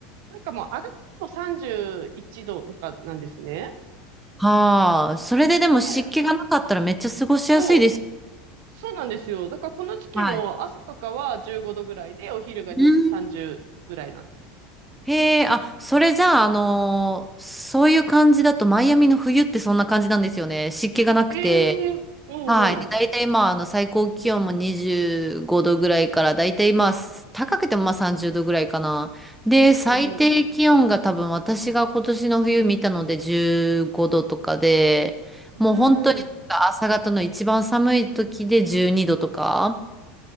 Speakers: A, on the right; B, in the centre.
A: なんかもう歩くと31度とかなんですね。
B: はあ、それででも湿気がなかったらめっちゃ過ごしやすいです。
A: で、そう。そうなんですよ。だからこの時期も朝とかは15度ぐらいで、
B: はい。
A: お昼が2、
B: うん
A: 30ぐらいなんですよ。
B: へえ、あ、それじゃあ、あのーそういう感じだと、マイアミの冬ってそんな感じなんですよね。湿気がなくて、
A: ええー、おうおう。
B: はい。で、大体まあ、あの、最高気温も25度ぐらいから、大体まあ、高くてもまあ30度ぐらいかな。で、
A: んうん
B: 最低気温が多分私が今年の冬見たので15度とかで、
A: うん。
B: もう本当に
A: うーん。
B: 朝方の一番寒い時で12度とか